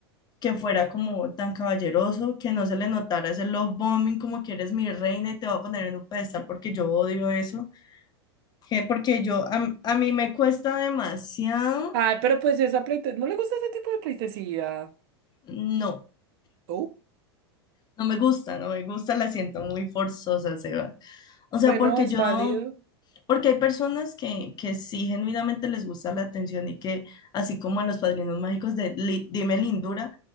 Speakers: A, on the left; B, on the right.
A: que fuera como tan caballeroso, que no se le notara ese love bombing, como que eres mi reina y te voy a poner en un pedestal porque yo odio eso que porque yo, a, a mí me cuesta demasiado,
B: Ay, pero pues esa pleite, ¿no le gusta ese tipo de pleitesía?
A: no,
B: Oh,
A: no me gusta, no me gusta, la siento muy forzosa, Seba. O
B: bueno,
A: sea, porque
B: es
A: yo,
B: válido.
A: porque hay personas que, que sí genuinamente les gusta la atención y que, así como a los padrinos mágicos de Li- Dime Lindura,